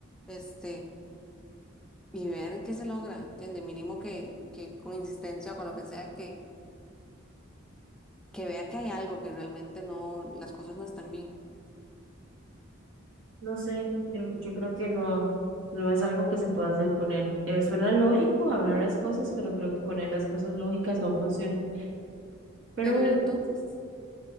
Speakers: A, in the centre; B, on the right (about 70°).
A: este y ver qué se logra, ¿entiendes? Mínimo que, que con insistencia o con lo que sea, que, que vea que hay algo, que realmente no, las cosas no están bien.
B: No sé, yo, yo creo que no, no es algo que se pueda hacer con él. Eh, suena lógico hablar las cosas, pero creo que con él las cosas lógicas no funcionan. Pero
A: Pero
B: bueno,
A: ¿y entonces?